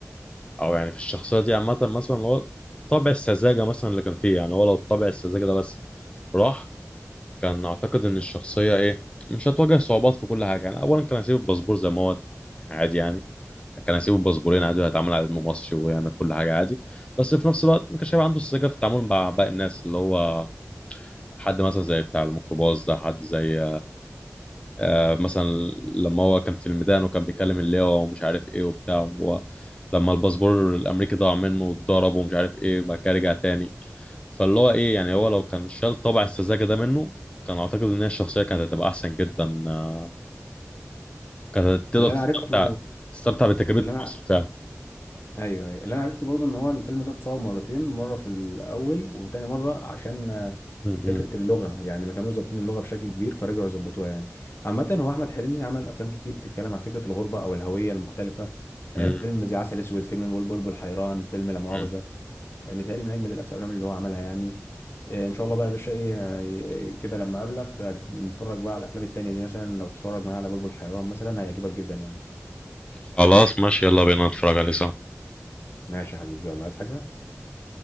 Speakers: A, on the left; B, on the left.
A: أو يعني في الشخصية دي عامة مثلا هو طابع السذاجة مثلا اللي كان فيه يعني هو لو طابع السذاجة ده بس راح كان أعتقد إن الشخصية إيه مش هتواجه صعوبات في كل حاجة يعني أولا كان هيسيب الباسبور زي ما هو عادي يعني كان هيسيب الباسبورين عادي وهيتعامل على إنه مصري ويعمل كل حاجة عادي بس في نفس الوقت ما كانش هيبقى عنده السذاجة في التعامل مع باقي الناس اللي هو حد مثلا زي بتاع الميكروباص ده حد زي آه، مثلا لما هو كان في الميدان وكان بيكلم اللواء ومش عارف ايه وبتاع هو لما الباسبور الامريكي ضاع منه واتضرب ومش عارف ايه بعد كده رجع تاني فاللي هو ايه يعني هو لو كان شال طبع السذاجه ده منه كان اعتقد ان هي الشخصيه كانت هتبقى احسن جدا آه، كانت تقدر
B: واللي
A: تستمتع
B: انا عرفته
A: تستمتع بتجربه
B: اللي انا
A: مصر فعلا
B: ايوه ايوه اللي انا عرفته برضه ان هو الفيلم ده اتصور مرتين مره في الاول وتاني مره عشان آه،
A: م-
B: فكره
A: م-
B: اللغه يعني ما كانوش ظابطين اللغه بشكل كبير فرجعوا يظبطوها يعني عامه هو احمد حلمي عمل افلام كتير بتتكلم عن فكره الغربه او الهويه المختلفه
A: م-
B: آه، فيلم زي عسل اسود فيلم البلبل والحيران فيلم لا مؤاخذه
A: م.
B: آه، متهيألي من اجمد الافلام اللي هو عملها يعني آه، ان شاء الله بقى يا باشا ايه آه، كده لما اقابلك آه، نتفرج بقى على الافلام التانيه دي مثلا لو تتفرج معايا على بلبل حيران مثلا هيعجبك جدا يعني
A: خلاص ماشي يلا بينا نتفرج عليه سوا
B: ماشي يا حبيبي يلا عايز حاجه